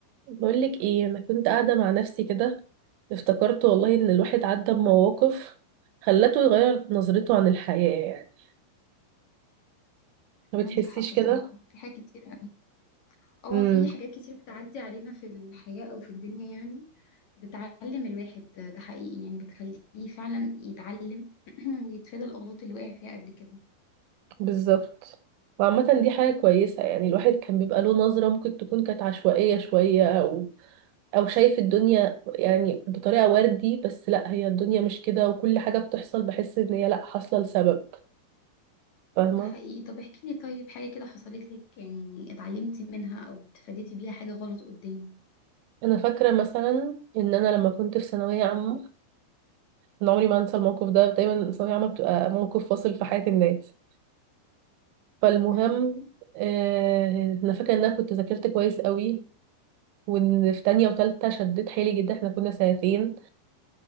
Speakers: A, on the right; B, on the left.
A: بقولك ايه انا كنت قاعده مع نفسي كده افتكرت والله ان الواحد عدى بمواقف خلته يغير نظرته عن الحياه يعني ما بتحسيش
B: عندك حق الصراحة
A: كده
B: في حاجات كتير قوي اه
A: امم
B: في حاجات كتير بتعدي علينا في الحياة أو في الدنيا يعني بتعلم الواحد ده ده حقيقي يعني بتخليه فعلا يتعلم <clears throat> ويتفادى الأغلاط اللي وقع فيها قبل كده
A: بالظبط وعامه دي حاجه كويسه يعني الواحد كان بيبقى له نظره ممكن تكون كانت عشوائيه شويه او او شايف الدنيا يعني بطريقه وردي بس لا هي الدنيا مش كده وكل حاجه بتحصل بحس ان هي لا حاصله لسبب فاهمه
B: ده حقيقي طب احكي لي طيب حاجة كده حصلت لك يعني اتعلمتي منها أو اتفاديتي بيها حاجة غلط قدام
A: انا فاكره مثلا ان انا لما كنت في ثانويه عامه أنا عمري ما أنسى الموقف ده دايما الثانوية عامة بتبقى موقف فاصل في حياة الناس فالمهم
B: امم
A: آه أنا فاكرة إن أنا كنت ذاكرت كويس قوي وإن في تانية وتالتة شديت حيلي جدا إحنا كنا سنتين